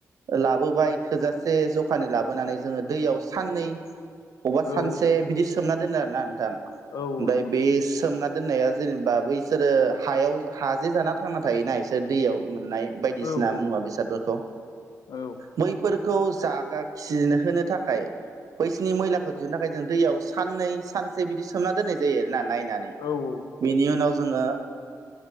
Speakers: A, on the right; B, on the left.
A: लाबोबाय थोजासे जखानि लाबोनानै जोङो दैयाव साननै अबेबा सानसे
B: औ
A: बिदि सोमना दोनो आरोना नोंथां। ओमफ्राय
B: औ औ नंगौ नंगौ
A: बे स सोमना दोननाया जेनेबा बैसोरो हायाव हाजे जाना थांना थायोना बिसोर दैयाव मोननाय बायदिसिना
B: औ औ औ
A: मुवा बेसादफोरखौ
B: औ।
A: मैफोरखौ जागा खिहोनो थाखाय बैसोरनि मैलाखौ दिहुननो थाखाय जों दैयाव साननै सानसे बिदि सोमना दोननाय जायो आरो ना नायनानै।
B: औ।
A: बेनि उनाव जोङो